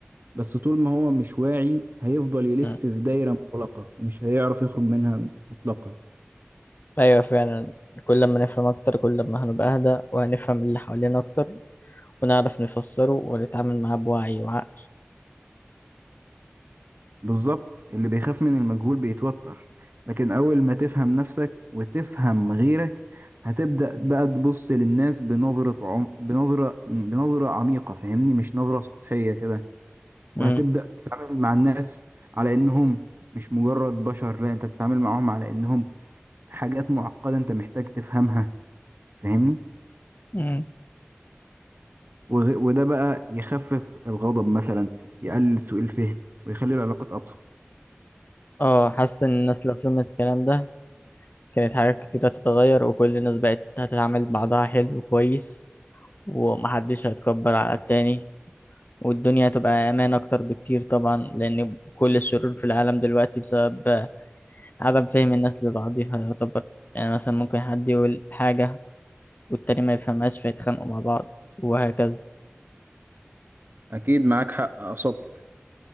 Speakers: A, on the right; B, on the left.
A: بس طول ما هو مش واعي هيفضل يلف
B: م.
A: في دايرة مغلقة ومش هيعرف يخرج منها مطلقا
B: أيوة فعلا كل ما نفهم أكتر كل ما هنبقى أهدى وهنفهم اللي حوالينا أكتر ونعرف نفسره ونتعامل معاه بوعي وعقل
A: بالظبط اللي بيخاف من المجهول بيتوتر لكن أول ما تفهم نفسك وتفهم غيرك هتبدأ بقى تبص للناس بنظرة عم... بنظرة بنظرة عميقة فاهمني مش نظرة سطحية كده
B: م.
A: وهتبدأ تتعامل مع الناس على إنهم مش مجرد بشر لا أنت تتعامل معاهم على إنهم حاجات معقدة أنت محتاج تفهمها فاهمني
B: م.
A: وغ- وده بقى يخفف الغضب مثلا يقلل سوء الفهم ويخلي العلاقات أبسط
B: اه حاسس إن الناس لو فهمت الكلام ده كانت حاجات كتير هتتغير وكل الناس بقت هتتعامل بعضها حلو وكويس ومحدش هيتكبر على التاني والدنيا هتبقى أمان أكتر بكتير طبعا لأن كل الشرور في العالم دلوقتي بسبب عدم فهم الناس لبعضها يعتبر يعني مثلا ممكن حد يقول حاجة والتاني ما يفهمهاش فيتخانقوا مع بعض وهكذا
A: أكيد معاك حق أصبت